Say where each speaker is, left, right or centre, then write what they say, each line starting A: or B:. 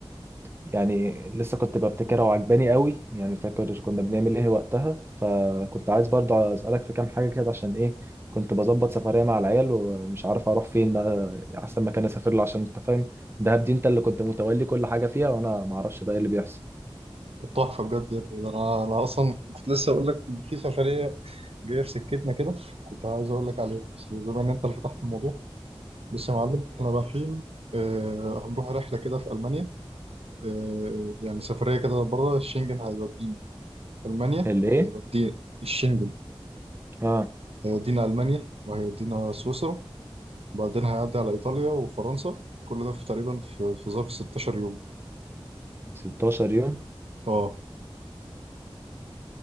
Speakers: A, on the right; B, on the right.
A: يعني لسه كنت ببتكرها وعجباني قوي يعني فاكر كنا بنعمل ايه وقتها فكنت عايز برضه اسالك في كام حاجه كده عشان ايه كنت بظبط سفريه مع العيال ومش عارف اروح فين بقى احسن مكان اسافر له عشان انت فاهم دهب دي انت اللي كنت متولي كل حاجه فيها وانا ما اعرفش بقى ايه اللي بيحصل
B: كانت تحفه بجد يا ابني ده انا انا اصلا كنت لسه اقول لك ان في سفريه جايه في سكتنا كده كنت عايز اقول لك عليها بس بما ان انت اللي فتحت الموضوع بص يا معلم احنا رايحين آه هنروح رحله كده في المانيا آه يعني سفريه كده بره الشنجن هيودينا المانيا
A: اللي
B: وهيودينا
A: ايه
B: الشنجن
A: اه
B: هيودينا المانيا وهيودينا سويسرا وبعدين هيعدي على إيطاليا وفرنسا كل ده في تقريبا في في ظرف 16 يوم
A: 16 يوم
B: اه